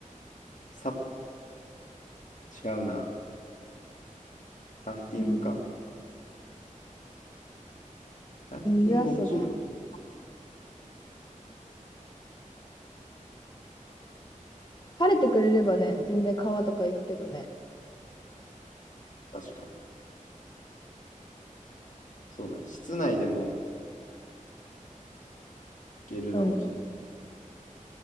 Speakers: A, on the left (about 65°); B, on the left (about 35°).
A: サップ。違うな。ラフティングか。
B: うん
A: ラフティング面白いけど。
B: 水遊び。晴れてくれればね、全然川とか行くけどね。
A: 確かに。そうだね。室内でも行けるのをちょっと
B: うん。